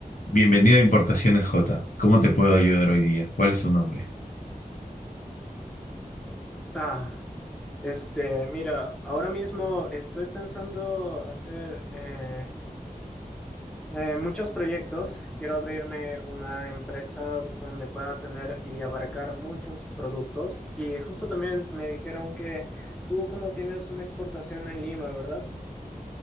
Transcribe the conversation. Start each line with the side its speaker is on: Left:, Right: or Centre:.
Left: Bienvenido a Importaciones J. ¿Cómo te puedo ayudar hoy día? ¿Cuál es tu nombre?
Centre: Ah, este, mira, ahora mismo estoy pensando hacer eh, eh, muchos proyectos. Quiero abrirme una empresa donde pueda tener y abarcar muchos productos. Y justo también me dijeron que tú como tienes una exportación en Lima, ¿verdad?